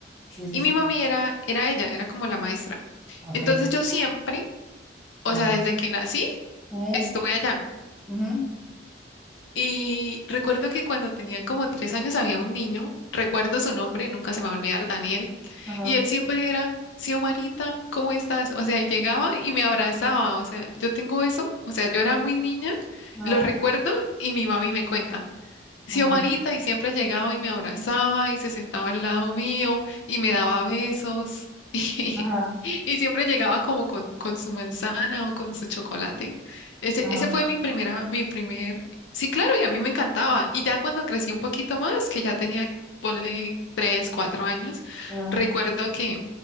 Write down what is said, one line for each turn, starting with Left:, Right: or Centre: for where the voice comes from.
Centre: sí, sí,
Left: Y
Centre: sí,
Left: mi mami era, era ella, era como la maestra.
Centre: ok,
Left: Entonces yo siempre, o
Centre: ajá,
Left: sea, desde que nací,
Centre: eh
Left: estuve allá.
Centre: ujú,
Left: Y recuerdo que cuando tenía como tres años había un niño, recuerdo su nombre, nunca se me va a olvidar, Daniel,
Centre: ajá,
Left: y él siempre era, Xiomarita, ¿cómo estás? O sea, y llegaba y me abrazaba, o sea, yo tengo eso, o sea, yo era muy niña,
Centre: ajá,
Left: lo recuerdo y mi mami me cuenta. Xiomarita
Centre: ajá,
Left: y siempre llegaba y me abrazaba y se sentaba al lado mío y me daba besos <laughs>
Centre: ajá,
Left: y, siempre llegaba como con, con su manzana o con su chocolate. Ese,
Centre: ajá,
Left: ese fue mi primera, mi primer, sí, claro, y a mí me encantaba. Y ya cuando crecí un poquito más, que ya tenía, ponle tres, cuatro años,
Centre: ajá.
Left: recuerdo que